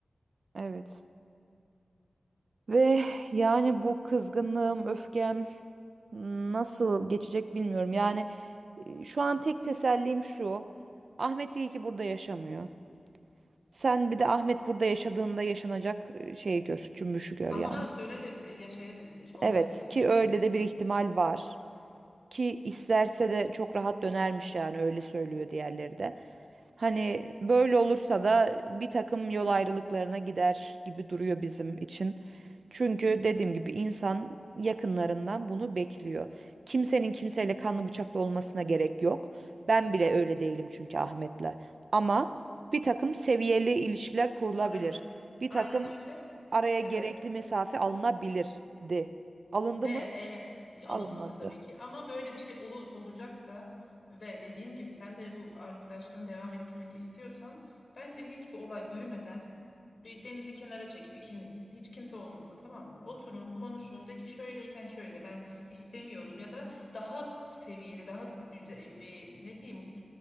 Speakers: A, on the right; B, on the left.
A: Evet. Ve yani bu kızgınlığım, öfkem nasıl geçecek bilmiyorum. Yani e, şu an tek tesellim şu. Ahmet iyi ki burada yaşamıyor. Sen bir de Ahmet burada yaşadığında yaşanacak e, şeyi gör, cümbüşü gör
B: Ama
A: yani.
B: dönebilir, yaşayabilir. Onu
A: Evet
B: da düşün
A: ki
B: yani.
A: öyle de bir ihtimal var. Ki isterse de çok rahat dönermiş yani öyle söylüyor diğerleri de. Hani böyle olursa da bir takım yol ayrılıklarına gider gibi duruyor bizim için. Çünkü dediğim gibi insan yakınlarından bunu bekliyor. Kimsenin kimseyle kanlı bıçaklı olmasına gerek yok. Ben bile öyle değilim çünkü Ahmet'le. Ama bir takım seviyeli ilişkiler kurulabilir.
B: Aynen.
A: Bir
B: Aynen
A: takım
B: öyle.
A: araya
B: Evet.
A: gerekli mesafe alınabilirdi. Alındı
B: Ve
A: mı?
B: e
A: Alınmadı.
B: alınmadı tabii ki. Ama böyle bir şey olur, olacaksa ve dediğim gibi sen de bu arkadaşlığını devam ettirmek istiyorsan bence hiç bu olay büyümeden bir denizi kenara çekip ikiniz hiç kimse olmasın tamam mı? Oturun, konuşun de ki şöyleyken şöyle ben istemiyorum ya da daha seviyeli, daha güzel e, bir ne diyeyim?